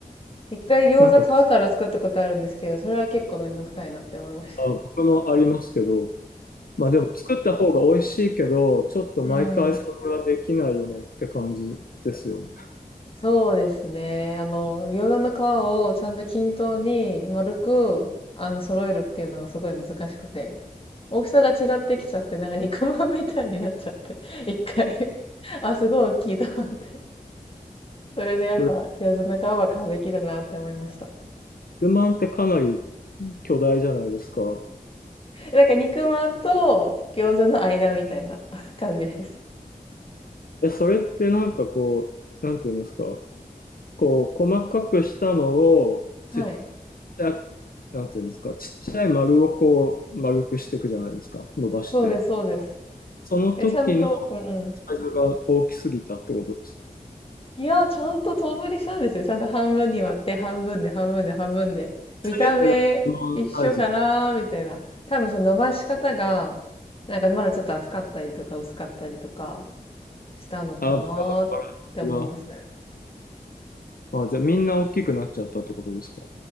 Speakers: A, on the left (about 35°); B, on the left (about 70°).
A: 一回餃子皮から作ったことあるんですけど、
B: なんか、
A: それは結構めんどくさいなって思いまし
B: あ、僕もありますけど、まあでも作った方が美味しいけど、ちょっと毎回それはできないよねって感じですよね。
A: た。うん。そうですね。あの、餃子の皮をちゃんと均等に丸く、あの、揃えるっていうのがすごい難しくて。大きさが違ってきちゃって、なんか肉まんみたいになっちゃって。<laughs> 一回あ、すごい大きいと思って。それでやっぱ餃子の皮は買うべきだなって思いました。
B: それ、不満ってかなり巨大じゃないですか。
A: なんか肉まんと餃子の間みたいな <laughs> 感じです。
B: え、それってなんかこう、なんていうんですか、こう、細かくしたのを、
A: はい。
B: ちっちゃ、なんていうんですか、ちっちゃい丸をこう、丸くしていくじゃないですか、伸ばして。
A: そうです、そうです。
B: その時の
A: え、ちゃんと、うんうん。
B: サイズが大きすぎたってことですか
A: いや、ちゃんと等分にしたんですよ。ちゃんと半分に割って、半分で、半分で、半分で。見た目、
B: すべてが基本サイズ。
A: 一緒かなみたいな。多分その伸ばし方が、なんかまだちょっと厚かったりとか薄かったりとかしたのかなって思いますね。
B: あ、バラバラが。あ、じゃあみんな大きくなっちゃったってことですか